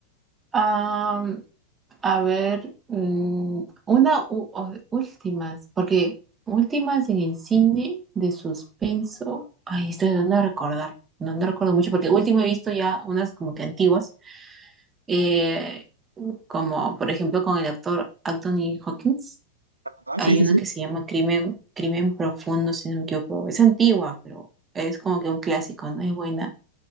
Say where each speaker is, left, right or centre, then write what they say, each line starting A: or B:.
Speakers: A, on the right; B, on the right.
A: Am, a ver, mm, una u- o- últimas, porque últimas en el cine de suspenso. Ay, estoy tratando de recordar. No, no recuerdo mucho, porque último he visto ya unas como que antiguas, eh, como por ejemplo con el actor Anthony Hopkins.
B: Ah,
A: Hay
B: sí, sí,
A: una
B: sí.
A: que se llama Crimen, Crimen Profundo, si no me equivoco. Es antigua, pero es como que un clásico, ¿no? Es buena.